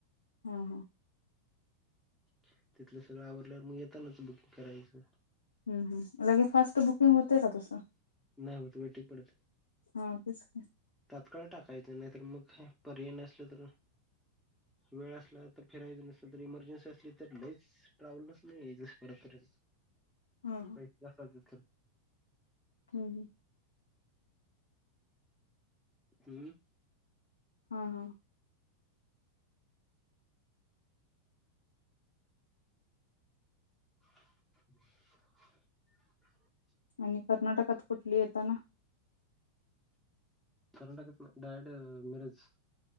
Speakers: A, on the left; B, in the centre.
A: हा ह
B: तिथलं सगळं आवरल्यावर मग येतानाच बुकिंग करायचं.
A: हुं हुं लगे फास्ट बुकिंग होतंय का तसं?
B: नाही होत वेटिंग पडत
A: हा तेच की.
B: तात्काळ टाक. काय तर नाही तर मग काय पर्याय नसलं तर, वेळ असला तर फिरायचं नसलं तर इमर्जन्सी असली तर लईच ट्रॅव्हल्ससन यायच परत.
A: हा
B: पैसे जास्त जात्यात खरं.
A: हुं हुं
B: हम्म
A: हा, हा
B: <unintelligible>
A: आणि कर्नाटकात? कुठली येताना
B: कर्नाटकात डायरेक्ट मिरज.